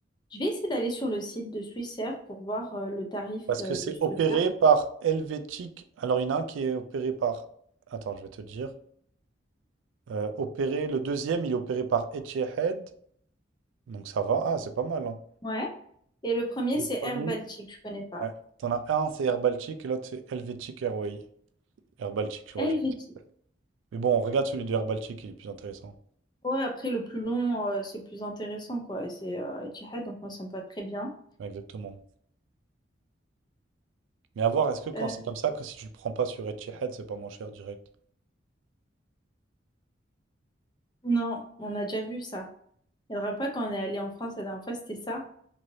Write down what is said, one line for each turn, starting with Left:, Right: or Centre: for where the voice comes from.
Left: Je vais essayer d'aller sur le site de Swissair pour voir euh, le tarif
Right: Parce
Left: euh,
Right: que c'est
Left: de ce
Right: opéré
Left: truc-là.
Right: par Helvétique. Alors, il y en a un qui est opéré par. Attends, je vais te dire. Euh, opéré, le deuxième, il est opéré par Etihad. Donc, ça va. Ah, c'est pas mal, hein.
Left: Ouais. Et le premier,
Right: Le
Left: c'est
Right: premier.
Left: Air Baltic, je connais pas.
Right: Ouais. T'en as un, c'est Air Baltic, et l'autre, c'est Helvetic Airway. Air Baltic, je vois,
Left: Helvétie.
Right: je pense. Mais bon, on regarde celui de Air Baltic, il est plus intéressant.
Left: Ouais, après le plus long, euh, c'est le plus intéressant, quoi. Et C'est euh, Etihad, donc moi ça me va très bien.
Right: Ouais, exactement. Mais à voir, est-ce que quand
Left: Euh,
Right: c'est comme ça, que si tu le prends pas sur Etihad, c'est pas moins cher direct?
Left: non, on a déjà vu ça. Il ne faudra pas quand on est allé en France la dernière fois, c'était ça.